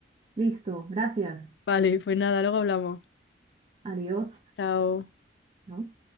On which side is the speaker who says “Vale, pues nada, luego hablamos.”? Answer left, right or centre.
Left